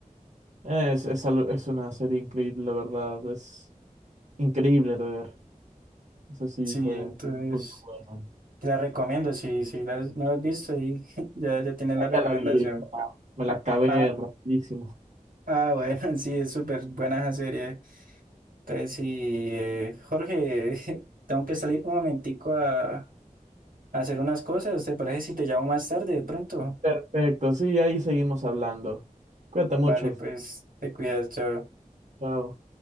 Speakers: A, on the right (about 55°); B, on the right (about 80°).
A: Es, es, algo- es una serie increíble, la verdad. Es increíble de ver. eso sí
B: Sí,
A: fue
B: entonces
A: muy buena.
B: te la recomiendo, si, si la- no la has visto, ahí <laughs> ya, ya tienes la recomendación.
A: ya la vi, ya me la
B: Ah,
A: acabé
B: ah,
A: rapidísimo.
B: Ah, bueno, <laughs> sí, es súper buena esa serie. Entonces, sí, eh, Jorge, <laughs> tengo que salir un momentico a, a hacer unas cosas. ¿Te parece si te llamo más tarde de pronto?
A: Perfecto, sí, ahí seguimos hablando. Cuídate mucho.
B: Vale, pues te cuidas, chao.
A: Chao.